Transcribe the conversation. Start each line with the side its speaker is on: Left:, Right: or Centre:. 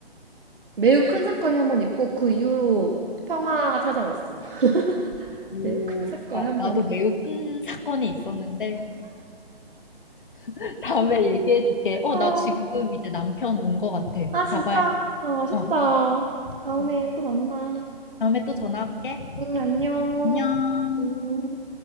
Right: 매우 큰 사건이 한 번 있고, 그 이후로 평화가 찾아왔어. <laughs>
Left: 오,
Right: 매우 큰 사건이
Left: 나,
Right: 한
Left: 나도
Right: 번.
Left: 매우 큰 사건이 있었는데 <laughs> 다음에 얘기해 줄게. 어,
Right: 어,
Left: 나 지금 이제 남편 온 거 같아.
Right: 아,
Left: 가봐야
Right: 진짜? 아, 아쉽다.
Left: 어,
Right: 다음에
Left: 어.
Right: 또 만나.
Left: 다음에 또 전화할게.
Right: 응, 안녕.
Left: 어, 안녕.
Right: 음.